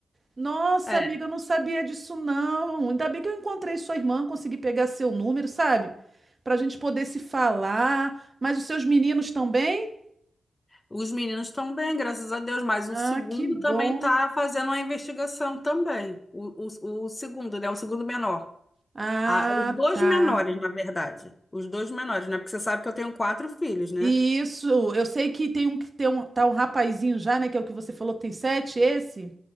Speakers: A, on the right (about 35°); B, on the left (about 25°).
A: Nossa,
B: É,
A: amiga, eu não sabia disso, não. Ainda bem que eu encontrei sua irmã, consegui pegar seu número, sabe? Para a gente poder se falar. Mas os seus meninos também?
B: os meninos estão bem, graças a Deus, mas
A: Ah,
B: o segundo
A: que bom.
B: também está fazendo uma investigação também. O, o, o segundo, né? O segundo menor.
A: Ah,
B: Ah, os dois
A: tá.
B: menores, na verdade. Os dois menores, né? Porque você sabe que eu tenho quatro filhos, né?
A: Isso, eu sei que tem um que tem um, tá um rapazinho já, né? Que é o que você falou, tem sete, esse?